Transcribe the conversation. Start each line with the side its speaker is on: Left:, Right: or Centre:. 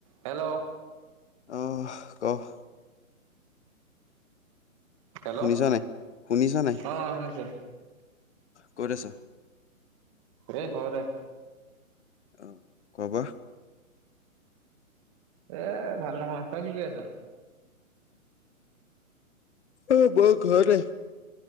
Right: Hello.
Left: অহ ক।
Right: Hello
Left: শুনিছ নাই, শুনিছ নাই?
Right: অ শুনিছো।
Left: ক'ত আছ?
Right: এই ঘৰতে।
Left: অ', খোৱা-বোৱা?
Right: এ, ভাল নহয়। তই কি কৰি আছ?
Left: অ', মই ঘৰতে।